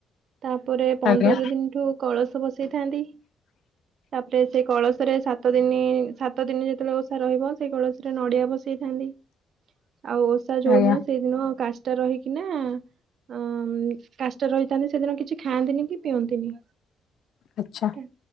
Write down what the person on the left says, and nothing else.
ଆଜ୍ଞା
ଆଜ୍ଞା
ଆଛା